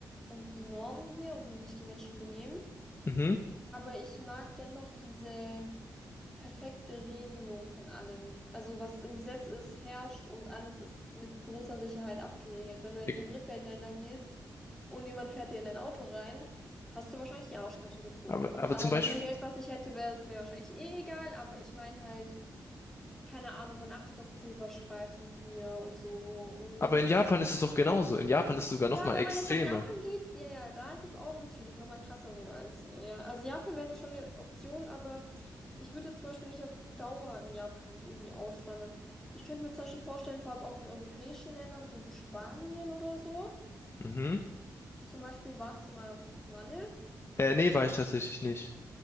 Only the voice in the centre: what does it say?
und die Normen hier und wie sich die Menschen benehmen,
aber ich mag dennoch diese perfekte Regelung von allem. Also was im Gesetz ist, herrscht und alles ist mit großer Sicherheit abgeregelt. Wenn du jetzt
in Drittweltländern gehst und jemand fährt dir in dein Auto rein, hast du wahrscheinlich die Arschkarte gezogen.
Aber
bei dem Geld, was ich hätte, wäre es mir wahrscheinlich eh egal. Aber ich meine halt, keine Ahnung, man achtet auf Zebrastreifen hier und so. Und
das
ist ein
ja,
wenn
man jetzt nach Japan geht, ja, ja, da ist es auch natürlich nochmal krasser sogar als hier, ja. Also Japan wäre schon eine Option, aber ich würde zum Beispiel nicht auf Dauer in Japan irgendwie auswandern. Ich könnte mir zum Beispiel vorstellen, vor allem auch in europäischen Ländern, so wie Spanien oder so.
Zum Beispiel warst du mal auf Malle.